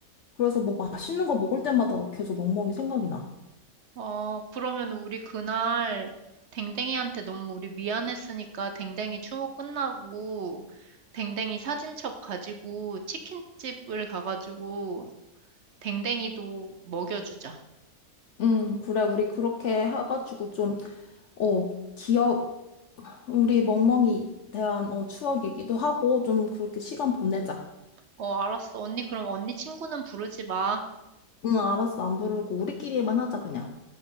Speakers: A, on the left; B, on the right.
A: 그래서 뭐 맛있는 거 먹을 때마다 계속 멍멍이 생각이 나.
B: 어, 그러면 우리 그날 댕댕이한테 너무 우리 미안했으니까 댕댕이 추모 끝나고 댕댕이 사진첩 가지고 치킨집을 가가지고 댕댕이도 먹여주자.
A: 음, 그래. 우리 그렇게 해가지고 좀 어, 기억 우리 멍멍이 대한 어, 추억 얘기도 하고 좀 그렇게 시간 보내자.
B: 어, 알았어. 언니, 그럼 언니 친구는 부르지 마.
A: 응, 알았어. 안 부르고 우리끼리만 하자, 그냥.